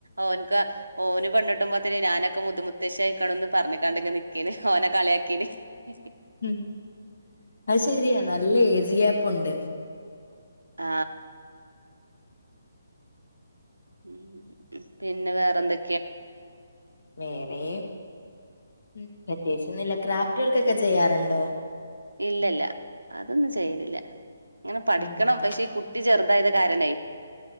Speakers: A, on the right; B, on the left.
A: ഓന്ക്ക് ഓന് പെണ്ണേട്ടുമ്പോത്തിനു ഞാനൊക്കെ മുതുമുത്തശ്ശി പറഞ്ഞ്കാണ്ട് ങ്ങനെനിക്കേന് ഓനെ കളിയാക്കീനി എ
B: ഉം അത് ശരിയാ നല്ല ഏജ് ഗ്യാപ്പു പ്പുണ്ട്
A: ആ മ് പിന്നെ വേറെന്തൊ
B: വേറെപ്രത്യേകിച്ചൊന്നുല്ല ക്രാഫ്റ്റ വർ ക്കൊക്കെ ചെയ്യാറുണ്ടോ?
A: ഇല്ലല്ല അതൊന്നും ചെയ്യലില്ല ഇങ്ങനെ പഠിക്കണം
B: ഉം
A: പക്ഷെ കുട്ടി ചെറുതായത് കാരണേ